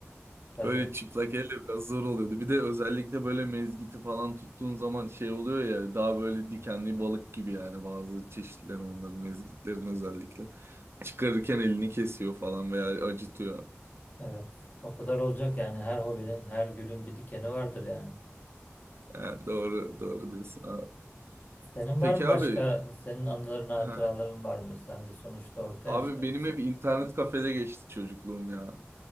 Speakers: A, on the left; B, on the right.
A: tabii
B: Böyle çıplak elle biraz zor oluyordu. Bir de özellikle böyle mezgiti falan tuttuğun zaman şey oluyor ya daha böyle dikenli balık gibi yani bazı çeşitleri onların mezgitlerin özellikle. Çıkarırken elini kesiyor falan veya acıtıyor.
A: evet. O kadar olacak yani her hobinin her gülün bir dikeni vardır yani.
B: Ha, doğru doğru diyorsun abi.
A: Senin
B: Peki
A: var mı başka,
B: abi
A: senin anıların, hatıraların
B: ha,
A: var mı? Sen de sonuçta orta
B: abi
A: yaşlardasın.
B: benim hep internet kafede geçti çocukluğum ya.